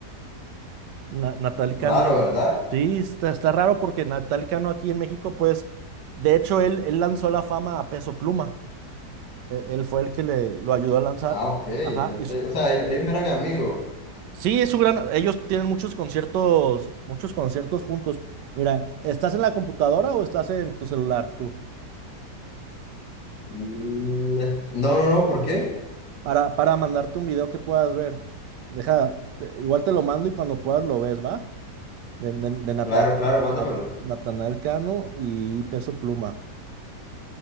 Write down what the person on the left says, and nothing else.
Raro,
¿verdad?
Ah, ok. Es-
eh, O sea, ellos, ellos eran amigos.
Mm, es- No, no, no, ¿por qué?
Claro, claro,
mándamelo.